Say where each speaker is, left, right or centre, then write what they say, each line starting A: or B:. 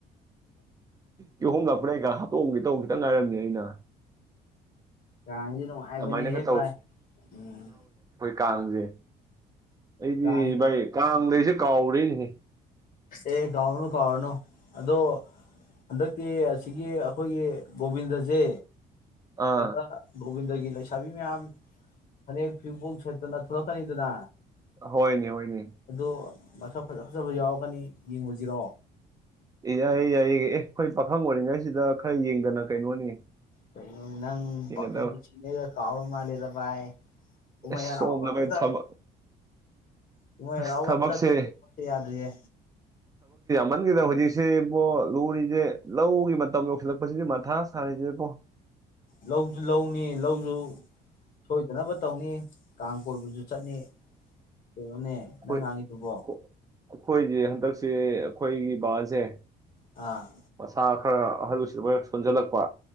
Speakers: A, on the right; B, on the left.
A: ꯀꯤꯍꯣꯝ ꯂꯥꯛꯄꯅꯦ ꯑꯩꯒ ꯍꯥꯠꯇꯣ ꯇꯧꯗꯪ ꯉꯥꯏꯔꯝꯅꯦ ꯑꯩꯅ
B: ꯀꯥꯡꯗꯤ ꯅꯨꯡꯉꯥꯏꯕꯅꯤ
A: ꯑꯗꯨꯃꯥꯏꯅꯒ
B: ꯍꯦ ꯚꯥꯏ ꯎꯝ
A: ꯀꯥꯡꯖꯦ ꯑꯩꯗꯤ
B: ꯀꯥꯡꯗ
A: ꯚꯥꯏ ꯀꯥꯡꯗꯩꯁꯦ ꯀꯥꯥꯎꯔꯦꯅꯤꯍꯦ
B: ꯑꯦ ꯀꯥꯎꯔꯅꯨ ꯀꯥꯎꯔꯅꯨ ꯑꯗꯣ ꯍꯟꯗꯛꯇꯤ ꯑꯁꯤꯒꯤ ꯑꯩꯈꯣꯏꯒꯤ ꯒꯣꯕꯤꯟꯗꯁꯦ
A: ꯑꯥ
B: ꯁꯤꯗ ꯒꯣꯕꯤꯟꯒ ꯒꯤꯔꯤ ꯂꯩꯁꯥꯕꯤ ꯃꯌꯥꯝ ꯐꯅꯦꯛ ꯐꯤꯕꯣꯛ ꯁꯦꯠꯇꯅ ꯊꯣꯛꯂꯛꯀꯅꯤꯗꯅ
A: ꯍꯣꯏꯅꯦ ꯍꯣꯏꯅꯦ
B: ꯑꯗꯨ ꯃꯁꯛ ꯐꯖ ꯐꯖꯕ ꯌꯥꯎꯔꯛꯀꯅꯤ ꯌꯦꯡꯉꯨꯖꯤꯔꯣ
A: ꯑꯦ ꯌꯥꯏꯌꯦ ꯌꯥꯏꯌꯦ ꯑꯦ ꯑꯩꯈꯣꯏ ꯄꯥꯈꯪ ꯑꯣꯏꯔꯤꯉꯩꯁꯤꯗ ꯈꯔ ꯌꯦꯡꯗꯅ ꯀꯩꯅꯣꯅꯤ
B: ꯀ ꯅꯪ
A: ꯌꯦꯡꯒꯗꯕ
B: ꯄꯀꯝ ꯄꯨꯁꯤꯅꯦ ꯀꯥꯎ ꯃꯥ ꯂꯩꯦꯗ ꯄꯥꯏ ꯀꯨꯃ
A: ꯑꯁ
B: ꯌꯥꯔ
A: ꯁꯣꯝꯗ
B: ꯑ ꯑꯗ
A: ꯚꯥꯏ ꯊꯕꯛ
B: ꯀꯨꯃ ꯌꯥꯔ
A: ꯑꯁ
B: ꯑꯎ
A: ꯊꯕꯛꯁꯦ
B: ꯑꯗ ꯆ ꯀꯁꯦ ꯌꯥꯗꯌꯦ
A: ꯃꯟꯒꯤꯗ ꯍꯧꯖꯤꯛꯁꯤ ꯏꯕꯣ ꯂꯨꯔꯤꯁꯦ ꯂꯧꯒꯤ ꯃꯇꯝ ꯌꯧꯁꯤꯜꯂꯛꯄꯁꯤꯗꯤ ꯃꯊꯥ ꯁꯥꯔꯤꯁꯤꯦꯕꯣ
B: ꯂꯧꯁꯨ ꯂꯧꯅꯤ ꯂꯧꯁꯨ ꯁꯣꯏꯗꯅꯕ ꯇꯧꯅꯤ ꯀꯥꯡ ꯀꯣꯏꯕꯁꯨ ꯆꯠꯅꯤ ꯀꯩꯅꯣꯅꯦ
A: ꯑꯩꯈꯣꯏ
B: ꯅꯪ ꯉꯥꯡꯉꯤꯗꯨꯕꯣ
A: ꯀꯣ- ꯑꯩꯈꯣꯏꯁꯦ ꯍꯟꯗꯛꯁꯦ ꯑꯩꯈꯣꯏꯒꯤ ꯕꯥꯁꯦ
B: ꯑꯥ
A: ꯃꯁꯥ ꯈꯔ ꯑꯍꯜꯁꯤꯗ ꯑꯣꯏꯔꯛ ꯁꯣꯟꯖꯜꯂꯛꯄ